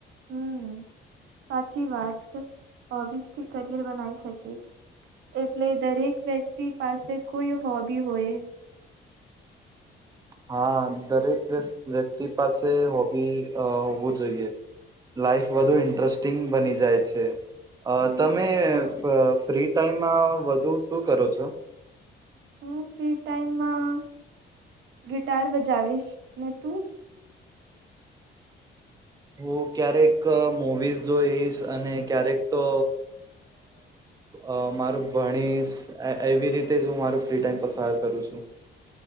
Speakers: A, on the right (about 75°); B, on the right (about 20°).
A: હમ સાચી વાત હોબિસથી કરિયર બનાવી શકે છે એટલે દરેક વ્યક્તિ પાસે કોઈ હોબી હોય
B: હા દરેક વ્યક્તિ પાસે હોબી હોવું જોઈએ લાઈફ વધુ ઇન્ટરેસ્ટિંગ બની જાય છે અ
A: હમ
B: તમે ફ્રી ટાઈમમાં વધુ શું કરો છો
A: હુ ફ્રી ટાઈમ માં ગિટાર બ જાવીશ ને તું
B: હું ક્યારેક મુવીઝ જોઈશ અને ક્યારેક તો અ મારું ભણીશ એવી રીતે જ હું મારું ફ્રી ટાઈમ પસાર કરું છું